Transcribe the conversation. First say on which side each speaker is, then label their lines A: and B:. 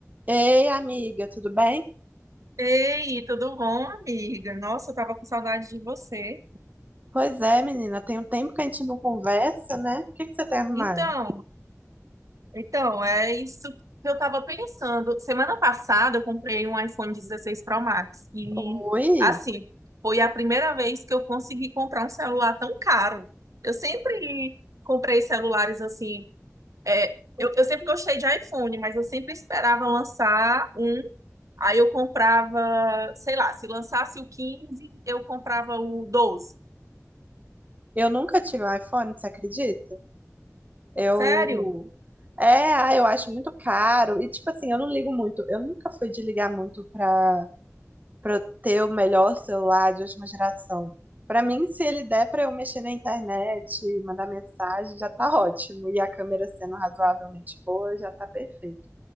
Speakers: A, on the right; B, on the right.
A: Ei, amiga, tudo bem?
B: Ei, tudo bom, amiga? Nossa, eu tava com saudade de você.
A: Pois é, menina, tem um tempo que a gente não conversa, né? O que que você tem arrumado?
B: Então, então, é isso que eu tava pensando. Semana passada eu comprei um iPhone 16 Pro Max e
A: Oi,
B: assim, foi a primeira vez que eu consegui comprar um celular tão caro. Eu sempre comprei celulares assim, é, eu, eu sempre gostei de iPhone, mas eu sempre esperava lançar um, aí eu comprava, sei lá, se lançasse o 15, eu comprava o doze.
A: eu nunca tive um iPhone, você acredita? Eu.
B: Sério?
A: É, ah, eu acho muito caro. E, tipo assim, eu não ligo muito. Eu nunca fui de ligar muito pra, pra eu ter o melhor celular de última geração. Pra mim, se ele der pra eu mexer na internet, mandar mensagem, já tá ótimo. E a câmera sendo razoavelmente boa, já tá perfeito.